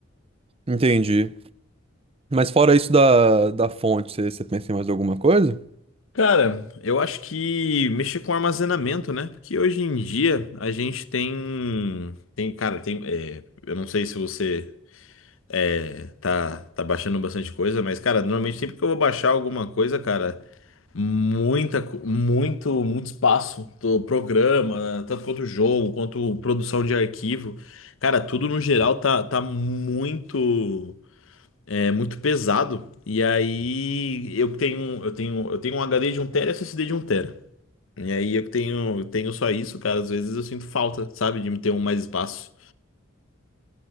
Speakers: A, on the right (about 30°); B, on the left (about 75°).
A: Entendi. Mas fora isso da, da fonte, você, você pensa em mais alguma coisa?
B: Cara, eu acho que mexer com armazenamento, né? Porque hoje em dia a gente tem. Tem, cara, tem. é, eu não sei se você. É, tá, tá baixando bastante coisa, mas, cara, normalmente sempre que eu vou baixar alguma coisa, cara, muita, co- muito, muito espaço do programa, tanto quanto jogo, quanto produção de arquivo. Cara, tudo no geral tá, tá muito, é, muito pesado. E aí eu tenho, eu tenho, eu tenho um HD de um tera e SSD de um tera. E aí eu que tenho, eu tenho só isso, cara, às vezes eu sinto falta, sabe, de me ter um mais espaço.